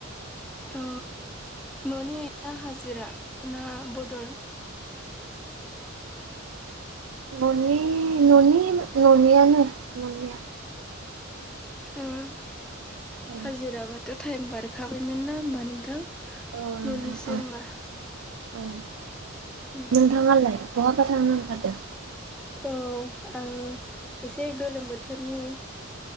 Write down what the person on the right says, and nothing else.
मनि ननि न'नियानो ननिया।
औ
औ नोंथां
औ
औ
नोंथाङालाय बहाबा थांनो ओंखारदों?